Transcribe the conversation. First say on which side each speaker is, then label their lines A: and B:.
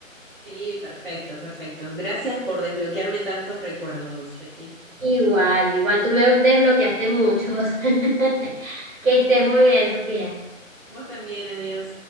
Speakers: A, on the right; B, on the right.
A: Sí, perfecto, perfecto. Gracias por desbloquearme tantos recuerdos, Jessy.
B: Igual, igual, tú me desbloqueaste muchos. <laughs> Que estés muy bien, Sofía.
A: Vos también, adiós.